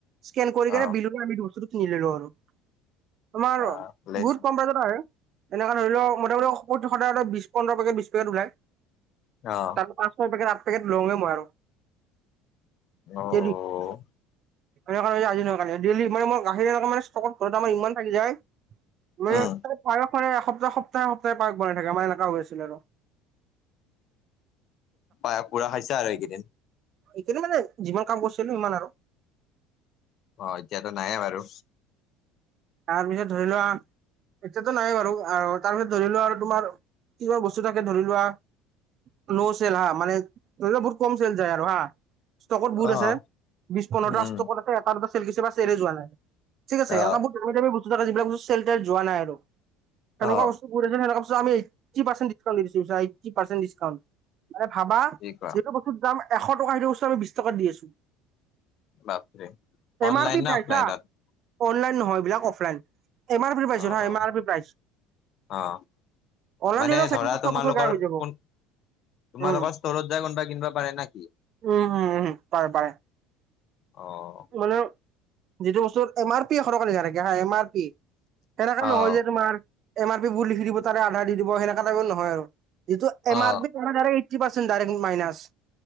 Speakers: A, on the right; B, on the left.
A: স্কেন কৰি কেনে
B: অ',
A: বিল <unintelligible> বস্তুটো কিনি লৈ লওঁ আৰু তোমাৰ
B: বা ভালেচোন
A: বহুত কম প্ৰাইচত আহে। এনেকা ধৰি লওক মটা মটি স সদায় বিশ পন্ধৰ পেকেট বিশ পেকেট ওলায়।
B: অ'।
A: তাত পাঁশ ছয় পেকট আঠ পেকেট লঙে মই আৰু।
B: অ',
A: জেলি।
B: অ',
A: সেনেক নহয় যে আজি নহয় কালি ডেইলী মানে মই <unintelligible> স্তকত ঘৰত আমাৰ ইমান থাকি যায়। মানে
B: উম,
A: পায়স এসপ্তাহ সপ্তাহ এসপ্তাহ পায়স বনাই থাকে আমাৰ এনেকা হৈছিল আৰু।
B: পায়স পুৰা খাইছা আৰু এইকেইদিন।
A: এইকেদিন মানে যিমান কাম কৰিছিলো সিমান আৰু।
B: অ', এতিয়াতো নাইে বাৰু।
A: তাৰপিছত ধৰি লোৱা। এতিয়াতো নাই বাৰু, তাৰপিছত ধৰি লোৱা আৰু তোমাৰ কিছুমান বস্তু থাকে ধৰি লোৱা ন' চেল হা মানে বহুত কম চেল যায় আৰু হা। ষ্টকত বহুত
B: অ',
A: আছে বিশ পোন্ধৰটা
B: উম, উম,
A: ষ্টকত আছে এটা দুটা চেল গৈছে বা ছেলে যোৱা নাইে ঠিক আছে
B: অ',
A: এনেকা বহুত <unintelligible> বস্তু থকা যিবিলাক বস্তু চেল যোৱা নাই আৰু তেনেকুৱা
B: অ',
A: বস্তু <unintelligible> এইথটি পাৰ্চেন্টে ডিছকাউণ্ট দি দিছোঁ বুজিছা, এইথটি পাৰ্চেন্টে ডিছকাউণ্ট মানে, ভাবা
B: কি কোৱা।
A: যিটো বস্তু দাম এশ টকা সেইটো বস্তু আমি বিশ টকাত দি আছো।
B: বাপৰে অননলাইন
A: আৰ পি প্ৰাইচ
B: নে অফলাইনত?
A: হা অনলাইন নহয় এইবলাক অফলাইন, এম আৰ পি প্ৰাইচত
B: অ',
A: হা
B: অ',
A: এম আৰ পি প্ৰাইচ।
B: অ',
A: অনলাইন
B: মানে
A: দিলে ছেকেণ্ডত
B: ধৰা তোমালোকৰ
A: চব বস্তু গায়েৱ হৈ যাব।
B: কোন
A: উম
B: তোমালোকৰ স্তৰত যায় কোনোবাই কিনিবা পাৰে নে কি?
A: উম, উম, উমম, পাৰে পাৰে।
B: অ'।
A: মানে যিটো বস্তুৰ এম আৰ পি এশ টকা লিখা থাকে হা এম আৰ পি। সেনেকা
B: অ',
A: নহয় যে তোমাৰ এম আৰ পি বোৰ লিখি দিব তাৰে আধা দি দিব সেনেকা টাইপৰ নহয় আৰু। যিটো
B: অ',
A: এম
B: অ',
A: আৰ পি <unintelligible> এইটি পাৰ্চেণ্ট ডাইৰেক্ট মাইনাচ।